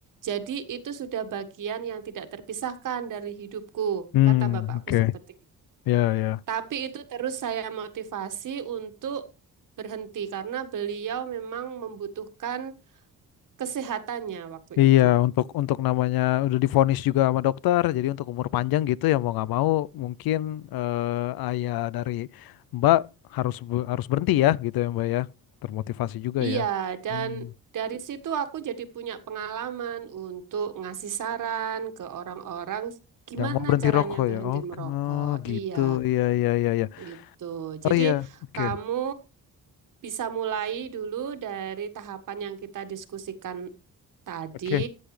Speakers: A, on the right; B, on the left.
A: Jadi itu sudah bagian yang tidak terpisahkan dari hidupku,
B: Hmm,
A: kata bapakku
B: oke.
A: seperti
B: Ya ya.
A: tapi itu terus saya motivasi untuk berhenti karena beliau memang membutuhkan kesehatannya waktu
B: Iya,
A: itu.
B: untuk untuk namanya udah divonis juga sama dokter, jadi untuk umur panjang gitu ya mau nggak mau mungkin eh, ayah dari Mbak harus be- harus berhenti ya gitu ya Mbak ya, termotivasi juga
A: Iya,
B: ya.
A: dan
B: Hmm.
A: dari situ aku jadi punya pengalaman untuk ngasih saran ke orang-orang gimana
B: Yang mau berhenti
A: caranya
B: rokok
A: berhenti
B: ya, oke,
A: merokok.
B: oh, gitu,
A: Iya,
B: iya iya iya iya,
A: itu.
B: oh
A: Jadi
B: iya, oke
A: kamu Bisa mulai dulu dari tahapan yang kita diskusikan tadi.
B: oke